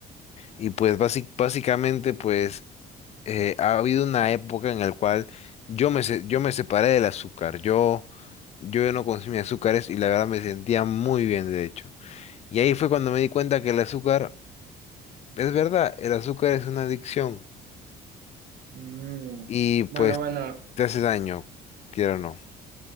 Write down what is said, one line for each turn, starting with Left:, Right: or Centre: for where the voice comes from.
Left: Y pues basic-
Right: mm.
Left: básicamente pues eh, ha habido una época en la cual yo me, se- yo me separé del azúcar. Yo, yo ya no consumía azúcares y la verdad me sentía muy bien de hecho. Y ahí fue cuando me di cuenta que el azúcar, es verdad, el azúcar es una adicción
Right: mm.
Left: y pues
Right: Bueno, bueno.
Left: te hace daño, quiero o no.